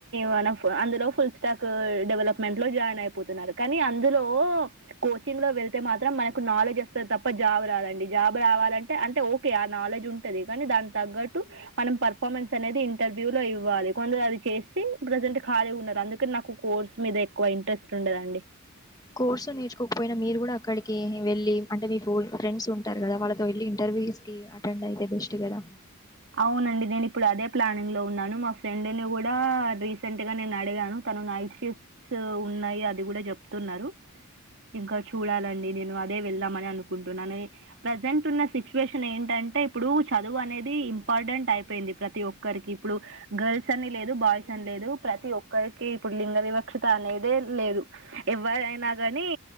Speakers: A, on the right; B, on the left.
A: మనం అందులో ఫుల్ స్టాక్ డెవలప్మెంట్ లో జాయిన్ అయిపోతున్నారు కానీ అందులో కోచింగ్ లో వెళ్తే మాత్రం మనకు నాలెడ్జ్ వస్తుంది తప్ప జాబ్ రాదండి జాబ్ రావాలంటే అంటే ఓకే ఆ నాలెడ్జ్ ఉంటంది కానీ దాని తగ్గట్టు మనం పర్ఫార్మెన్స్ అనేది ఇంటర్వ్యూ లో ఇవ్వాలి కొందరు అది చేసి ప్రెజెంట్ ఖాళీగా ఉన్నారు అందు కె నాకు కోర్స్ మీద ఎక్కువ ఇంట్రెస్ట్ ఉండదండి
B: కోర్సు నేర్చుకోకపోయినా మీరు కూడా అక్కడికి వెళ్ళి అంటే మీ ఓల్డ్ ఫ్రెండ్స్ ఉంటారు కదా వాళ్ళతో వెళ్ళలి ఇంటర్వ్యూస్ కి అటెండ్ అయితే బెస్ట్ కదా
A: అవునండి నేను ఇప్పుడు అదే ప్లానింగ్ లో ఉన్నాను మా ఫ్రెండ్ని కూడా రీసెంట్గా నేను అడిగాను తను నైట్ షిఫ్ట్స్ ఉన్నాయి అది కూడా చెప్తున్నారు ఇంకా చూడాలండి నేను అదే వెళ్దామని అనుకుంటున్నాను ప్రజెంట్ ఉన్న సిచ్యువేషన్ ఏంటంటే ఇప్పుడు చదువు అనేది ఇంపార్టెంట్ అయిపోయింది ప్రతి ఒక్కరికి ఇప్పుడు గర్ల్స్ అని లేదు బాయ్స్ అని లేదు ప్రతి ఒక్కరికి ఇప్పుడు లింగ వివక్షత అనేదే లేదు ఎవరైనా కాని